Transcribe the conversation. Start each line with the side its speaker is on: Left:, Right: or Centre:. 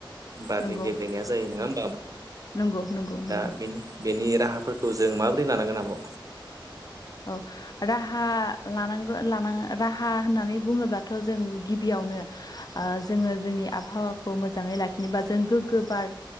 Right: बारनि
Left: नंगौ
Right: गेब्रेनाया जायो नङा होम
Left: नंगौ नंगौ नंगौ नंगौ
Right: दा बेनि बेनि राहाफोरखौ जों माबोरै लानांगोन आब'?
Left: औ राहा लानांगौ लानाङा राहा होननानै बुङोब्लाथ' जों गिबियाव यावनो ओ जोङो जोंनि आबहावाखौ मोजाङै लाखियोबा जों गोग्गो बार